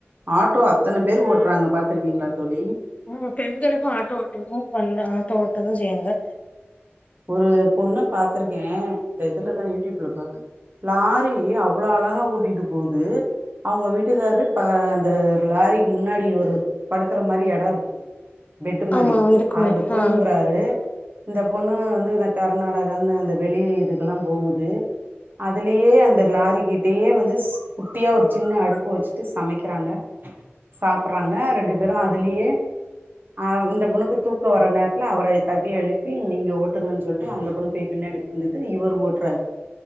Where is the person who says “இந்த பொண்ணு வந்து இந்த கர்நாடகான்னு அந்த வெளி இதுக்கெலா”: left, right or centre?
Right